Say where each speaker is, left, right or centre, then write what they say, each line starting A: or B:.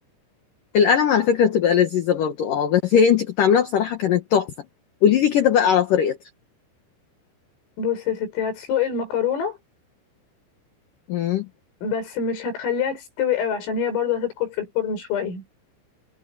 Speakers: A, on the left; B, on the left.
A: القلم على فكرة بتبقى لذيذة برضو اه بس هي انت كنت عاملاها بصراحة كانت تحفة قولي لي كده بقى على طريقتها
B: بصي يا ستي هتسلقي المكرونة
A: مم.
B: بس مش هتخليها تستوي قوي عشان هي برضو هتدخل في الفرن شوية